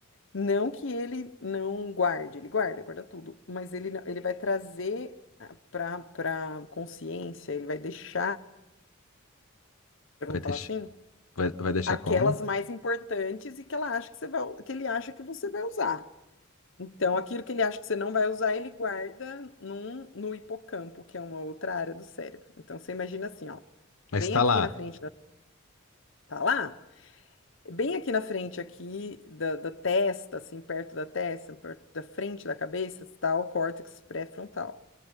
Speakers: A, on the left (about 60°); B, on the left (about 80°).
A: Não que ele não guarde, ele guarda, guarda tudo, mas ele, não- ele vai trazer para para consciência, ele vai deixar, vamos
B: Vai, deix-
A: falar assim,
B: vai, vai deixar
A: aquelas
B: como?
A: mais importantes e que ela acha que você vai, que ele acha que você vai usar. Então, aquilo que ele acha que você não vai usar, ele guarda num, no hipocampo, que é uma outra área do cérebro. Então, você imagina assim, ó,
B: Mas
A: bem
B: tá
A: aqui
B: lá,
A: na frente da tá lá Bem aqui na frente, aqui da, da testa, assim, perto da testa, perto da frente da cabeça, está o córtex pré-frontal.